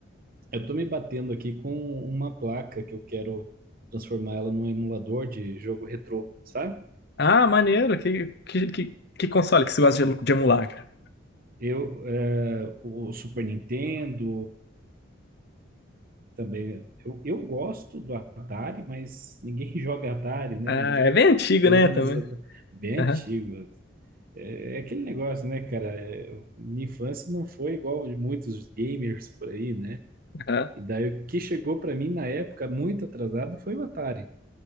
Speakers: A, on the right; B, on the left.
A: eu tô me batendo aqui com uma placa que eu quero transformar ela num emulador de jogo retrô, sabe?
B: Ah, maneiro. Que, que, que, que console que você gosta de, de emular, cara?
A: Eu, é, o Super Nintendo, também. Eu, eu gosto do Atari, mas ninguém <laughs> joga Atari, né?
B: Ah,
A: Mas eu,
B: é bem antigo,
A: eu
B: né,
A: lembro
B: também.
A: dos Atari, bem
B: Aham,
A: antigos. É, é aquele negócio, né, cara? É, minha infância não foi igual a de muitos gamers por aí, né?
B: aham.
A: E daí o que chegou para mim na época, muito atrasado, foi o Atari.